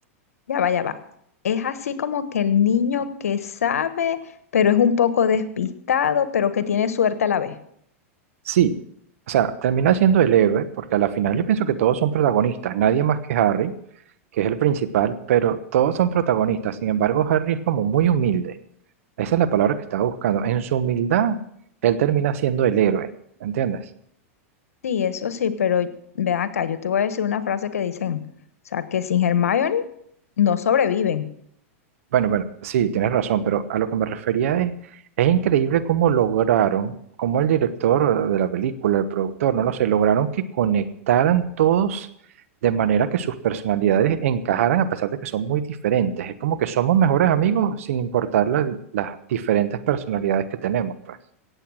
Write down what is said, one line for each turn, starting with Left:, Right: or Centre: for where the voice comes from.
Left: Ya va, ya va. Es así como que el niño que sabe, pero es un poco despistado, pero que tiene suerte a la vez.
Right: Sí. O sea, termina siendo el héroe, porque a la final yo pienso que todos son protagonistas, nadie más que Harry que es el principal, pero todos son protagonistas. Sin embargo, Harry es como muy humilde. Esa es la palabra que estaba buscando. En su humildad, él termina siendo el héroe, ¿entiendes?
Left: Sí, eso sí, pero ve acá, yo te voy a decir una frase que dicen, o sea, que sin Hermione no sobreviven.
Right: Bueno, bueno, sí, tienes razón, pero a lo que me refería es, es increíble cómo lograron, cómo el director de la película, el productor, no lo sé, lograron que conectaran todos de manera que sus personalidades encajaran a pesar de que son muy diferentes. Es como que somos mejores amigos sin importar la- las diferentes personalidades que tenemos, pues.